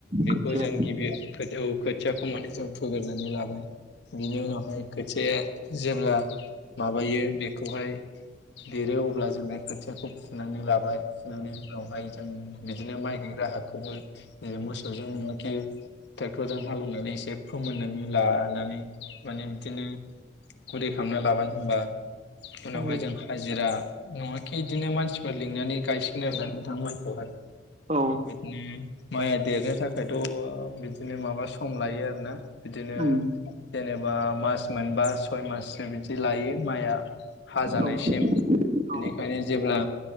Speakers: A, on the left; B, on the right.
A: बेखौ
B: खोथिया
A: जों गिबि औ खोथियाखौ माने जों फोग्रोनानै लाबाय बिनि उनावहाय खोथिया आ जेब्ला माबायो बेखौहाय देरो अब्ला जों बे खोथियाखौ फुनानै लाबाय फुनानै उनावहाय जों बिदिनो माइ गायग्रा हाखौबो मोसौ जों नङाखि ट्रेक्टरजों हालेवनानै एसे फोमोननानै लानानै माने बिदिनो गुरै खालामना लाबाय होनबा उनावहाय
B: औ
A: जों हाजिरा नङाखि बिदिनो मानसिफोर लिंनानै गायसिगोन आरो ना बिथां माइखौहाय
B: औ
A: बिदिनो माइया देरनो थाखायथ' बिदिनो माबा सम लायो आरोना बिदिनो
B: उम
A: जेनेबा मास मोनबा सय माससो बिदि लायो माइआ हाजानायसिम
B: औ औ
A: बिनिखायनो जेब्ला